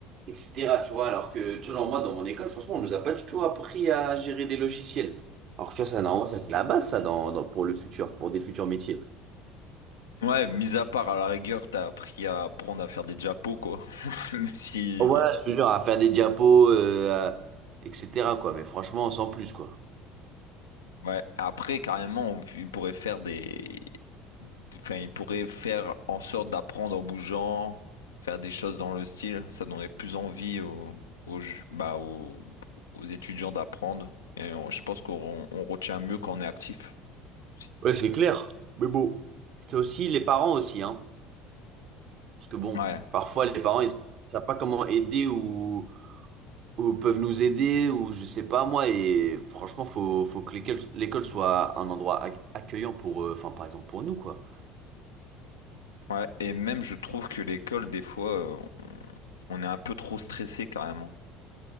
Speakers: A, on the right; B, on the left.
A: etc., tu vois, alors que, tu vois, genre, moi, dans mon école, franchement, on nous a pas du tout appris à gérer des logiciels. Alors que, tu vois, ça, normalement, ça, c'est la base, ça, dans, dans- pour le futur, pour des futurs métiers.
B: Ouais, mis à part à la rigueur, t'as appris à apprendre à faire des diapos, quoi. <laughs> Même si
A: Bon, Voilà, je te jure, à faire des diapos, euh, à- etc., quoi, mais franchement, sans plus, quoi.
B: Ouais. Après, carrément, on- il pourrait faire des. Enfin, il pourrait faire en sorte d'apprendre en bougeant, faire des choses dans le style. Ça donnerait plus envie aux, aux, ju- bah, aux, aux étudiants d'apprendre. Et on- je pense qu'on on retient mieux quand on est actif. aussi.
A: Ouais, c'est clair, mais bon. C'est aussi les parents aussi, hein, parce que bon,
B: Ouais.
A: parfois, les parents, ils savent pas comment aider ou ou peuvent nous aider, ou je sais pas moi, et franchement, faut, faut que l'école l'école soit un endroit ac- accueillant pour, euh, enfin, par exemple, pour nous, quoi.
B: Ouais. Et même, je trouve que l'école, des fois, euh, on on est un peu trop stressé carrément.